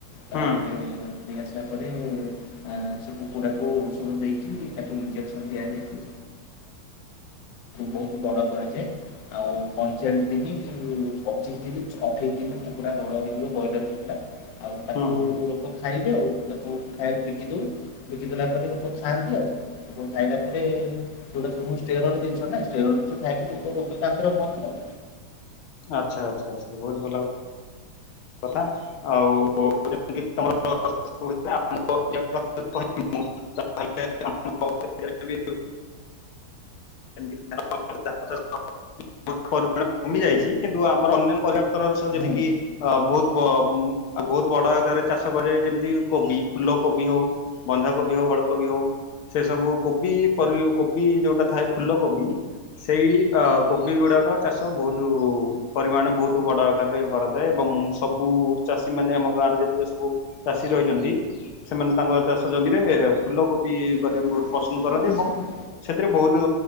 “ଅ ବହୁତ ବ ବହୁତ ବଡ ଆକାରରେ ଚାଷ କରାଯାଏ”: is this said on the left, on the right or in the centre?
Left